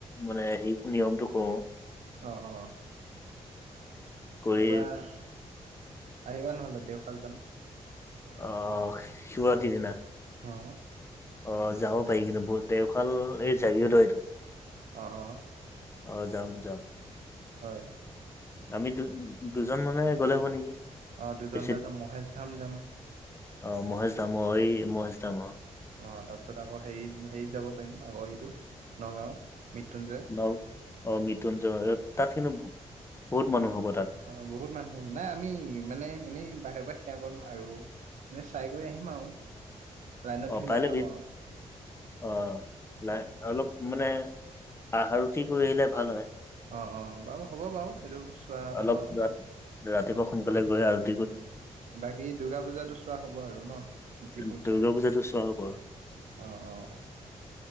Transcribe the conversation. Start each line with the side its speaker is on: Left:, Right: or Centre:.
Left: মানে হেৰিতো নিয়মটো কৰোঁ।
Right: অ' অ'।
Left: কৰি
Right: এইবাৰ, আহিবা নহ'লে দেওশাল যাম।
Left: অ', শিৱৰাতি দিনা?
Right: অ'।
Left: অ', যাব পাৰি কিন্তু বহুত, দেওশাল এই জাগীৰোডৰ সেইটো?
Right: অ' অ'।
Left: অ', যাম যাম।
Right: হয়।
Left: আমি দু-দুজন মানুহেই গ'লে হ'ব নেকি?
Right: অ' দুজন,
Left: বেছি
Right: তাৰপিছত মহেশ ধাম যাম।
Left: অ', মহেশ ধাম অ', মহেশ ধাম।
Right: অ', তাৰপিছত আকৌ হেৰি-হেৰি যাব পাৰিম আকৌ, এইটো নগাঁও, মৃত্যুঞ্জয়।
Left: অ', অ' মৃত্যুঞ্জয়, তাত কিন্তু, বহুত মানুহ হ'ব তাত।
Right: অ', বহুত মানুহ হ'ব, নাই আমি মানে এনেই বাহিৰৰ পৰা সেৱা কৰিম আৰু। এনেই চাই কৰি আহিম আৰু। লাইনত ধৰি
Left: অ' পাৰিলে
Right: নাথাকোঁ
Left: বি
Right: আৰু
Left: অ', অলপ মানে আৰতি কৰি আহিলে ভাল হয়।
Right: অ' অ', বাৰু হ'ব বাৰু, সেইটো চোৱা হ'ব
Left: অলপ
Right: বাৰু
Left: ৰাত-ৰাতিপুৱা সোনকালে গৈ আৰ
Right: উম, বাকী দুৰ্গা পূজাটো চোৱা হ'ব আৰু ন
Left: আহি
Right: ডিফুৰ
Left: দুৰ্গা
Right: চাইডে?
Left: পূজাটো চোৱা হ'ব
Right: অ' অ'।